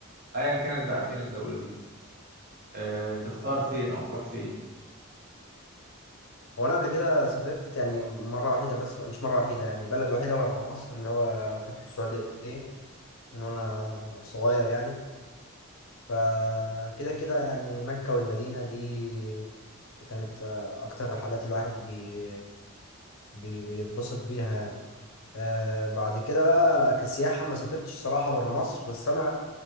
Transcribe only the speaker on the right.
أيا كانت بقى فين الدولة دي آه، تختار فين او تروح فين